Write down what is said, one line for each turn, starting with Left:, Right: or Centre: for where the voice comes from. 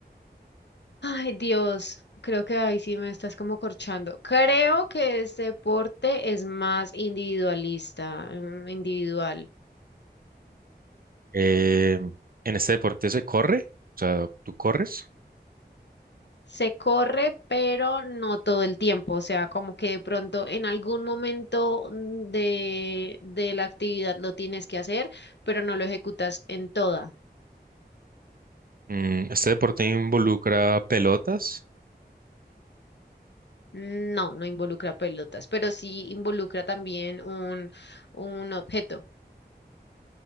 Left: Ay, Dios, creo que ahí sí me estás como corchando. Creo que este deporte es más individualista, mm, individual.
Right: Eh, en este deporte se corre, o sea, tú corres.
Left: Se corre, pero no todo el tiempo, o sea, como que de pronto en algún momento mm, de, de la actividad lo tienes que hacer, pero no lo ejecutas en toda.
Right: Mm, este deporte involucra pelotas.
Left: No, no involucra pelotas, pero sí involucra también un, un objeto.